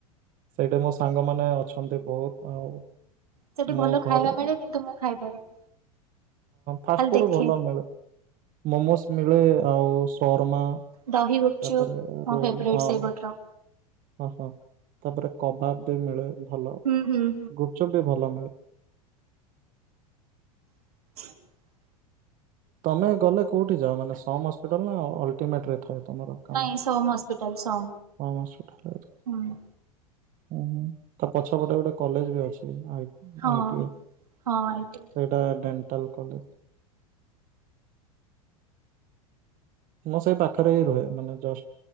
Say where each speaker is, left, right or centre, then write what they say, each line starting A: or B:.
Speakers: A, on the right (about 45°); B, on the right (about 80°).
A: ସେଇଠି ମୋ ସାଙ୍ଗମାନେ ଅଛନ୍ତି ବହୁତ ଆଉ
B: ସେଠି ଭଲ
A: ମୋ ଘର
B: ଖାଇବା ମିଳେ
A: ହଁ
B: କିନ୍ତୁ ମୁଁ ଖାଇପାରେନି।
A: ଫାଷ୍ଟ
B: ଖାଲି
A: ଫୁଡ
B: ଦେଖେ
A: ଭଲ ମିଳେ। ମୋମୋସ୍ ମିଳେ ଆଉ ଶର୍ମା ତାପରେ
B: ଦହି ଗୁପଚୁପ ମୋ
A: ରୋଲ୍
B: ଫେବରାଇଟ
A: ହଁ
B: ସେଇପଟର।
A: ଓହୋ ତାପରେ କବାବ୍ ବି ମିଳେ ଭଲ।
B: ହୁଁ ହୁଁ।
A: ଚପ୍ ବି ଭଲ।
B: <inaudible>
A: ତମେ ଗଲେ କୋଉଠି ଯାଅ ମାନେ ସମ୍ ହସ୍ପିଟାଲ ନା ଅଲଟିମେଟ ରେ ଥାଏ। ତମର କାମ
B: ନାଇଁ ସମ୍ ହସ୍ପିଟାଲ ସମ୍
A: ସମ୍ ହସ୍ପିଟାଲ ରେ ଅଛି।
B: ହୁଁ।
A: ଉଁ ହୁଁ ତା ପଛପଟେ ଗୋଟେ କଲେଜ ବି ଅଛି ଆଇ
B: ହଁ
A: ଆଇଟି
B: ହଁ ଆଇ ଟି ଆଇ।
A: ସେଇଟା ଡେଣ୍ଟାଲ କଲେଜ। ମୁଁ ସେଇ ପାଖରେ ହିଁ ରୁହେ ମାନେ ଜଷ୍ଟ